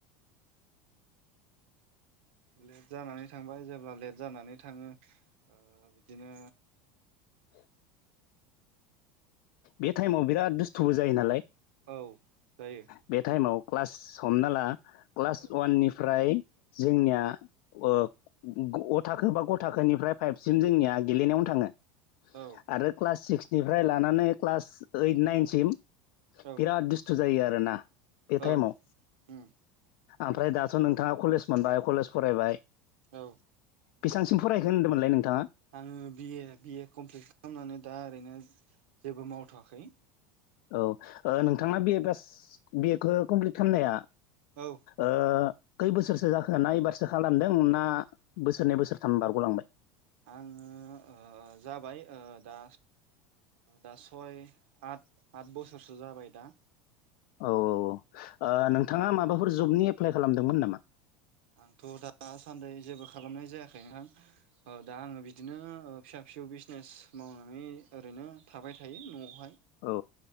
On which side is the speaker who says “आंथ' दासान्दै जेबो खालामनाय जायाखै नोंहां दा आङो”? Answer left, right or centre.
Right